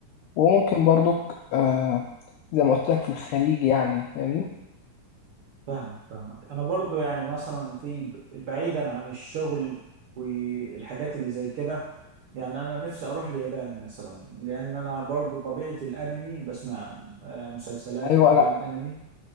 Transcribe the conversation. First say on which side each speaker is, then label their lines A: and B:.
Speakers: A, on the left; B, on the right.
A: وممكن برضك آه زي ما قلت لك في الخليج يعني فاهمني
B: فاهمك فاهمك انا برضو يعني مثلا في بعيدا عن الشغل والحاجات اللي زي كده يعني انا نفسي اروح اليابان مثلا لان انا برضو طبيعتي الانمي بسمع آه، مسلسلات
A: ايوه
B: وافلام
A: لا
B: انمي